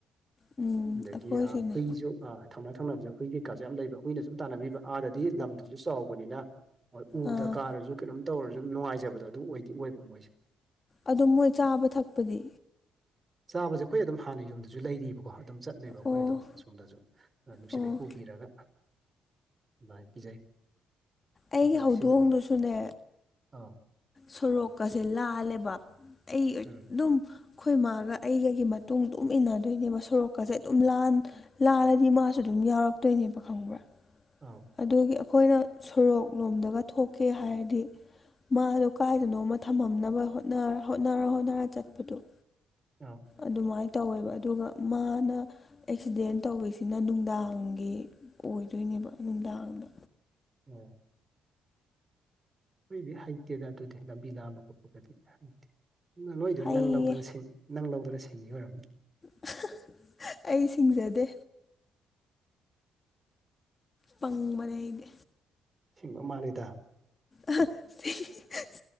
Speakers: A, on the left; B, on the right.
A: ꯎꯝ
B: ꯑꯗꯒꯤ
A: ꯑꯩꯈꯣꯏꯁꯨꯅꯦ
B: ꯐꯨꯏꯁꯨ ꯑ ꯊꯧꯅꯥ ꯊꯧꯅꯕꯖꯦ ꯍꯨꯏ ꯀꯩꯀꯥꯁꯨ ꯌꯥꯝ ꯂꯩꯕ ꯍꯨꯏꯅ ꯁꯨꯝ ꯇꯥꯟꯅꯕꯤꯕ ꯑꯥꯗꯗꯤ ꯂꯝꯗꯨꯁꯨ ꯆꯥꯎꯕꯅꯤꯅ ꯍꯣꯏ ꯎꯗ
A: ꯑꯥ
B: ꯀꯥꯔꯁꯨ ꯀꯩꯅꯣꯝ ꯇꯧꯔꯁꯨ ꯑꯗꯨꯝ ꯅꯨꯡꯉꯥꯏꯖꯕꯗꯣ ꯑꯗꯨ ꯑꯣꯏꯗꯤ ꯑꯣꯏꯕ ꯃꯣꯏꯁꯦ
A: ꯑꯗꯨ ꯃꯣꯏ ꯆꯥꯕ ꯊꯛꯄꯗꯤ
B: ꯆꯥꯕꯁꯦ ꯑꯩꯈꯣꯏ ꯑꯗꯨꯝ ꯍꯥꯟꯅ ꯌꯨꯝꯗꯁꯨ ꯂꯩꯔꯤꯕꯀꯣ ꯑꯗꯨꯝ ꯆꯠꯂꯦꯕ ꯑꯩꯈꯣꯏ
A: ꯑꯣ
B: ꯑꯗꯨꯝ ꯑꯁꯣꯝꯗꯁꯨ
A: ꯑꯣ
B: ꯁꯤꯗꯩ ꯄꯨꯕꯤꯔꯒ ꯑꯗꯨꯃꯥꯏꯅ ꯄꯤꯖꯩ
A: ꯑꯩꯒꯤ
B: ꯑꯗꯨꯒ
A: ꯍꯧꯗꯣꯡꯗꯨꯁꯨꯅꯦ
B: ꯁꯤ ꯑꯥ
A: ꯁꯣꯔꯣꯛꯀꯁꯦ ꯂꯥꯜꯂꯦꯕ ꯑꯩ ꯑꯗꯨꯝ
B: ꯎꯝ
A: ꯑꯩꯈꯣꯏ ꯃꯥꯒ ꯑꯩꯒꯒꯤ ꯃꯇꯨꯡ ꯑꯗꯨꯝ ꯏꯟꯅꯗꯣꯏꯅꯦꯕ ꯁꯣꯔꯣꯛꯀꯁꯦ ꯑꯗꯨꯝ ꯂꯥꯟ ꯂꯥꯜꯂꯗꯤ ꯃꯥꯁꯨ ꯑꯗꯨꯝ ꯌꯥꯎꯔꯛꯇꯣꯏꯅꯦꯕ ꯈꯪꯕ꯭ꯔꯥ
B: ꯑꯥꯎ
A: ꯑꯗꯨꯒꯤ ꯑꯩꯈꯣꯏꯅ ꯁꯣꯔꯣꯛ ꯂꯣꯝꯗꯒ ꯊꯣꯛꯀꯦ ꯍꯥꯏꯔꯗꯤ ꯃꯥꯗꯣ ꯀꯥꯏꯗꯅꯣꯃ ꯊꯝꯃꯝꯅꯕ ꯍꯣꯠꯅꯔ ꯍꯣꯠꯅꯔ ꯆꯠꯄꯗꯨ
B: ꯑꯥ
A: ꯑꯗꯨꯃꯥꯏꯅ ꯇꯧꯋꯦꯕ ꯑꯗꯨꯒ ꯃꯥꯅ ꯑꯦꯛꯁꯤꯗꯦꯟ ꯇꯧꯔꯤꯁꯤꯅ ꯅꯨꯡꯗꯥꯡꯒꯤ ꯑꯣꯏꯗꯣꯏꯅꯦꯕ ꯅꯨꯡꯗꯥꯡꯗ
B: ꯎꯝ ꯑꯩꯈꯣꯏꯗꯤ ꯍꯩꯇꯦꯗ ꯑꯗꯨꯗꯤ ꯂꯝꯕꯤ ꯂꯥꯟꯕ ꯈꯣꯠꯄꯒꯗꯤ ꯍꯩꯇꯦ ꯅꯣꯏꯗꯅ
A: ꯍꯩꯌꯦ
B: ꯅꯪ ꯂꯧꯗꯅ ꯁꯤꯡ ꯅꯪ ꯂꯧꯗꯨꯅ ꯁꯤꯡꯉꯤ ꯑꯣꯏꯔꯝꯅꯤ
A: <unintelligible> ꯑꯩ ꯁꯤꯡꯖꯗꯦ ꯄꯪꯕꯅꯦ ꯑꯩꯗꯤ
B: ꯁꯤꯡꯕ ꯃꯥꯜꯂꯤꯗ
A: ꯑ <unintelligible>